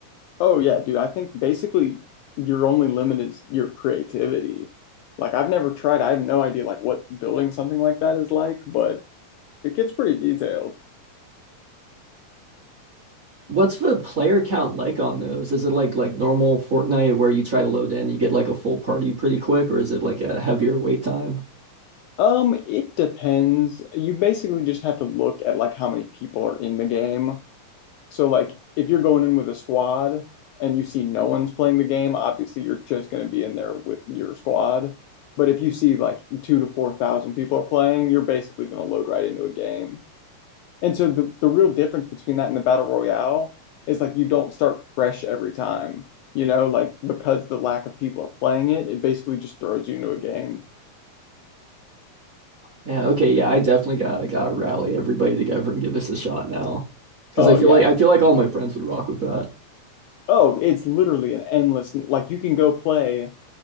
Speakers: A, on the left; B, on the right.
A: Oh yeah, dude. I think basically your only limit is your creativity. Like I've never tried. I have no idea like what building something like that is like, but it gets pretty detailed.
B: What's the player count like on those? Is it like like normal Fortnite where you try to load in, you get like a full party pretty quick, or is it like a heavier wait time?
A: Um, it depends. You basically just have to look at like how many people are in the game. So like if you're going in with a squad and you see no one's playing the game, obviously you're just going to be in there with your squad. But if you see like two to four thousand people are playing, you're basically going to load right into a game. And so the the real difference between that and the battle royale is like you don't start fresh every time, you know, like because the lack of people are playing it, it basically just throws you into a game.
B: Yeah. okay, yeah, I definitely gotta gotta rally everybody together and give this a shot now. Because
A: Oh
B: I feel
A: yeah,
B: like I feel like all
A: dude.
B: my friends would rock with that.
A: Oh, it's literally an endless like you can go play